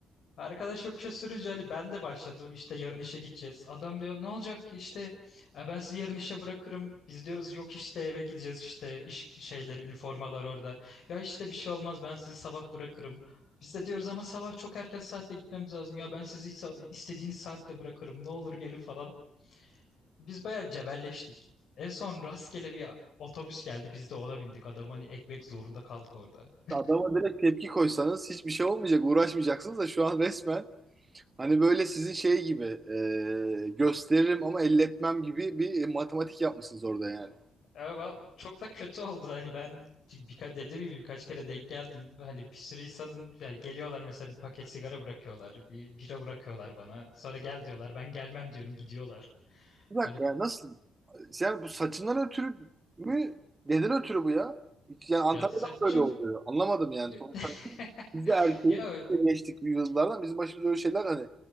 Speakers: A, on the left (about 70°); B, on the right (about 20°).
A: arkadaş yokuşa sürünce Ali ben de başladım işte yarın işe gideceğiz. Adam diyor ne olacak ki işte "E, ben sizi yarın işe bırakırım. Biz diyoruz yok işte eve gideceğiz işte iş şeyleri üniformalar orada. Ya işte bir şey olmaz ben sizi sabah bırakırım. Biz de diyoruz ama sabah çok erken saatte gitmemiz lazım. Ya ben sizi sa- istediğiniz saatte bırakırım ne olur gelin falan. Biz bayağı cebelleştik. En son rastgele bir otobüs geldi biz de ona bindik. Adam hani ekmek zorunda kaldık orada.
B: adama direkt tepki koysanız hiçbir şey olmayacak. Uğraşmayacaksınız da şu an resmen hani böyle sizin şey gibi e, gösteririm ama elletmem gibi bir matematik yapmışsınız orada yani.
A: Ama çok da kötü oldu hani ben birkaç dediğim gibi birkaç kere denk geldim. Hani bir sürü insanın yani geliyorlar mesela bir paket sigara bırakıyorlar, bir bira bırakıyorlar bana. Sonra gel diyorlar. Ben gelmem diyorum, gidiyorlar.
B: Bir dakika
A: Hani
B: yani nasıl Yani bu saçından ötürü mü? Neden ötürü bu ya? Hiç- Yani Antalya'dan
A: ya saçım
B: böyle oluyor. Anlamadım yani.
A: ya
B: Sonuçta
A: <laughs>
B: biz de erkeğiz.
A: ya
B: biz de geçtik bir yıllardan. Bizim başımıza öyle şeyler hani